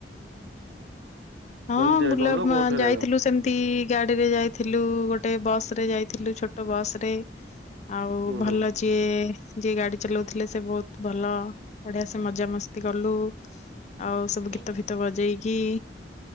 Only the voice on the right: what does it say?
ମାନେ ଯେ
ଗଲ କୋଉଥିରେ
ହୁଁ
ହୁଁ।
ହୁଁ